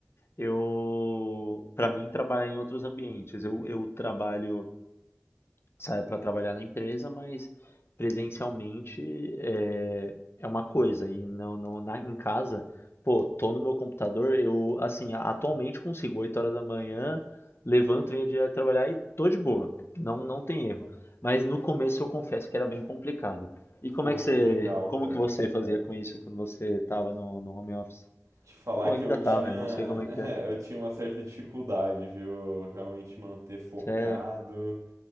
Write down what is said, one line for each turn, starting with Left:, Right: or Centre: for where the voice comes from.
Left: eu, para mim, trabalhar em outros ambientes. Eu, eu trabalho, saio para trabalhar na empresa, mas presencialmente é, é uma coisa. E não, não, na, em casa, pô, tô no meu computador, eu, assim, a- atualmente consigo, 8 horas da manhã, levanto, venho direto trabalhar e tô de boa. Não, não tem erro. Mas no começo eu confesso que era bem complicado. E como
Right: Pô,
Left: é que
Right: que
Left: você,
Right: legal,
Left: como
Right: cara.
Left: que você fazia com isso quando você tava no, no home office?
Right: Te falar
Left: Ou
Right: que
Left: ainda
Right: eu
Left: tá,
Right: tinha,
Left: né? Não sei como é
Right: <laughs>
Left: que é.
Right: eu tinha uma certa dificuldade, viu? Realmente manter focado,
Left: Sério.